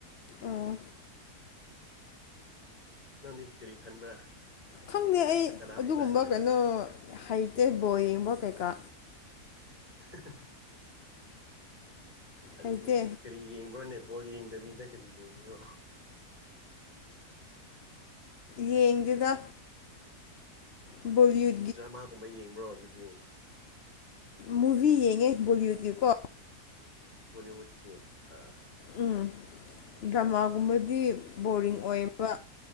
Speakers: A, on the left; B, on the left.
A: ꯑꯥ
B: ꯅꯪꯗꯤ ꯀꯔꯤ ꯈꯟꯕ꯭ꯔꯥ
A: ꯈꯪꯗꯦ
B: ꯀꯔꯤ
A: ꯑꯩ
B: ꯀꯅꯥꯕꯨ
A: ꯑꯗꯨꯒꯨꯝꯕ
B: ꯀꯥꯍꯟꯅꯤꯡꯕ꯭ꯔꯥ
A: ꯀꯩꯅꯣ ꯍꯩꯇꯦ ꯕꯣꯜ ꯌꯦꯡꯕ ꯀꯩꯀꯥ
B: <unintelligible> ꯑꯗꯨꯗꯤ
A: ꯍꯩꯇꯦ
B: ꯀꯔꯤ ꯌꯦꯡꯕ꯭ꯔꯣꯅꯦ ꯕꯣꯜ ꯌꯦꯡꯗꯕꯤꯗ ꯀꯔꯤ ꯌꯦꯡꯕ꯭ꯔꯣ
A: ꯌꯦꯡꯗꯦꯗ ꯕꯣꯜ ꯌꯦ
B: ꯖ꯭ꯔꯃꯥꯒꯨꯝꯕ ꯌꯦꯡꯕ꯭ꯔꯣ ꯑꯗꯨꯗꯤ
A: ꯃꯨꯚꯤ ꯌꯦꯡꯉꯦ ꯕꯣꯂꯤꯋꯨꯗꯀꯤꯀꯣ
B: ꯕꯣꯂꯤꯋꯨꯗꯀꯤ ꯑꯥ
A: ꯎꯝ ꯗ꯭ꯔꯃꯥꯒꯨꯝꯕꯗꯤ ꯕꯣꯔꯤꯡ ꯑꯣꯏꯌꯦꯕ